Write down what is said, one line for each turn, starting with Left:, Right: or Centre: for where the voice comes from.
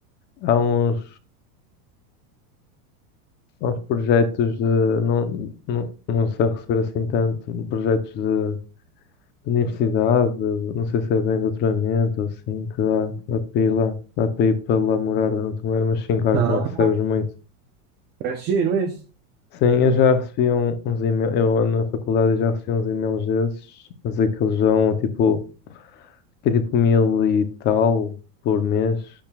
Left: há uns, há uns projetos de, não, não, não sei receber assim tanto, projetos de universidade, não sei se é bem doutoramento, ou assim, que dá, dá para ir lá, dá para ir para lá morar durante um ano, mas sim, claro
Right: Ah,
Left: que não recebes muito.
Right: parece giro isso.
Left: Sim, eu já recebi um- uns e-mails, eu na faculdade já recebi uns e-mails desses, mas aqueles já um, tipo, que é tipo mil e tal por mês